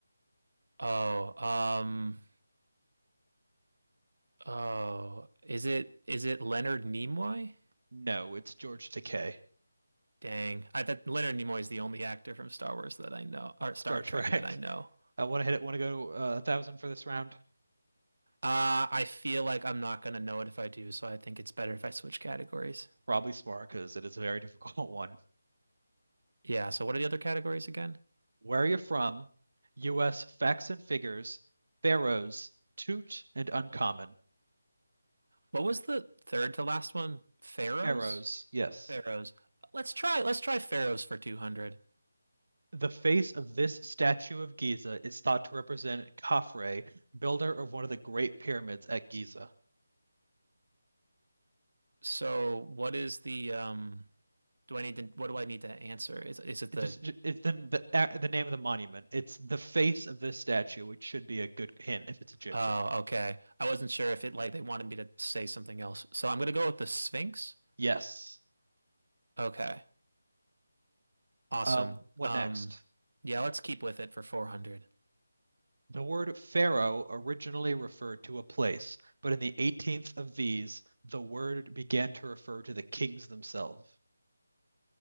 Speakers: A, on the right; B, on the right.
A: Oh, um, oh, is it is it Leonard Nimoy?
B: No, it's George Takei.
A: Dang, I thought Leonard Nimoy is the only actor from Star Wars that I know, or
B: Star
A: Star
B: Trek.
A: Trek that I know.
B: <laughs> I want to hit it. Want to go uh, a thousand for this round?
A: Uh, I feel like I'm not gonna know it if I do, so I think it's better if I switch categories.
B: Probably smart because it is a very <laughs> difficult one.
A: Yeah. So what are the other categories again?
B: Where are you from? U.S. Facts and figures. Pharaohs. Toot and uncommon.
A: What was the third to last one? Pharaohs?
B: Pharaohs. Yes.
A: Pharaohs. Let's try let's try Pharaohs for 200.
B: The face of this statue of Giza is thought to represent Khafre, builder of one of the great pyramids at Giza.
A: So what is the um do I need to what do I need to answer? Is is it
B: It
A: the
B: just it's the the, the name of the monument. It's the face of this statue, which should be a good hint if it's Egyptian.
A: Oh, okay. I wasn't sure if it like they wanted me to say something else. So I'm gonna go with the Sphinx.
B: Yes.
A: Okay. Awesome.
B: Um, what
A: Um
B: next?
A: yeah, let's keep with it for 400.
B: The word pharaoh originally referred to a place, but in the 18th of these, the word began to refer to the kings themselves.